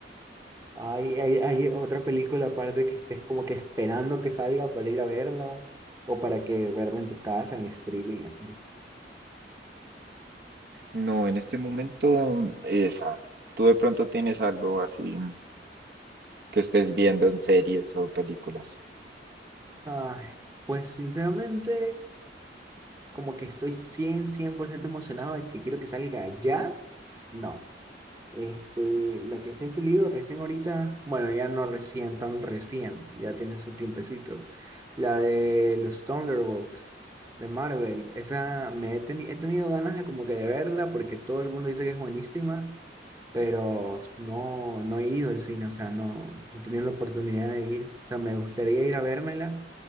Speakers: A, on the right; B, on the right.
A: Hay, hay, hay otra película aparte que estés como que esperando que salga para ir a verla o para que verla en tu casa, en streaming, así.
B: No, en este momento, esa. Tú de pronto tienes algo así que estés viendo en series o películas.
A: Ay, pues sinceramente, como que estoy cien cien por ciento emocionado de que quiero que salga ya. No, este, la que se ha salido recién ahorita, bueno, ya no recién, tan recién, ya tiene su tiempecito. La de los Thunderbolts de Marvel, esa me he, teni- he tenido ganas de como que de verla porque todo el mundo dice que es buenísima. pero no, no he ido al cine, o sea, no, no he tenido la oportunidad de ir. O sea, me gustaría ir a vérmela,